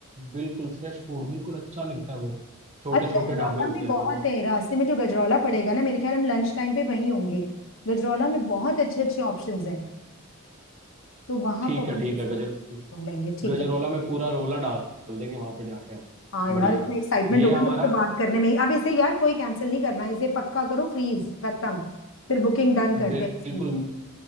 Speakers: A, on the right; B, on the left.
A: बिल्कुल फ्रेश फूड बिल्कुल अच्छा लगता है वो छोटे
B: अरे
A: छोटे
B: गजरौला
A: ढाबे होते
B: में
A: हैं
B: बहुत
A: मतलब
B: है रास्ते में जो गजरौला पड़ेगा ना मेरे ख्याल हम लंच टाइम पे वहीं होंगे गजरौला में बहुत अच्छे अच्छे ऑप्शंस हैं तो वहां
A: ठीक
B: पर
A: है
B: हम
A: ठीक
B: किसी
A: है गजर
B: को ढूंढ लेंगे ठीक
A: गजरौला
B: है
A: में पूरा रोला डाल देंगे वहां पे जाके हम
B: हाँ यार
A: बढ़िया
B: इतना एक्साइटमेंट
A: ये
B: हो रहा
A: हमारा
B: है मुझे तो बात करने में ही। अब इसे यार कोई कैंसिल नहीं करना है, इसे पक्का करो फ्रीज खत्म फिर बुकिंग डन करते
A: बिल्कुल
B: हैं इसकी